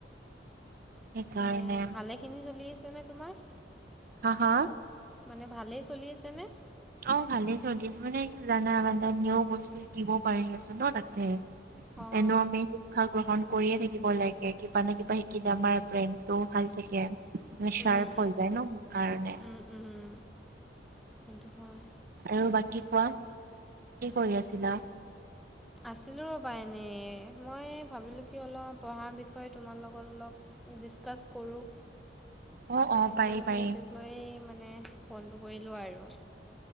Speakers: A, on the right; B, in the centre.
A: সেইকাৰণে
B: মানে ভালেখিনি চলি আছেনে তোমাৰ?
A: হা হা।
B: মানে ভালেই চলি আছেনে?
A: অ ভালে চলি আছে মানে জানা মানা নিউ বস্তু শিকিব পাৰি আছো ন তাতে।
B: অ।
A: ন মে শিক্ষা গ্ৰহণ কৰিয়ে থাকিব লাগে কিবা ন কিবা শিকিলে আমাৰ ব্ৰেইন টোও ভাল থাকে। নিস্বাৱ
B: উম
A: হৈ যায় ন কাৰণে।
B: উম উম উম। সেটো হয়
A: আৰু বাকী কোৱা কি কৰি আছিলা।
B: আছিলোঁ ৰ'বা এনেই মই ভাবিলোঁ কি অলপ পঢ়াৰ বিষয়ে তোমাৰ লগত অলপ। ডিছকাছ কৰো।
A: অ অ
B: সেইটো
A: পাৰি পাৰি
B: সেইটোক লৈ মানে ফোনটো কৰিলো আৰু।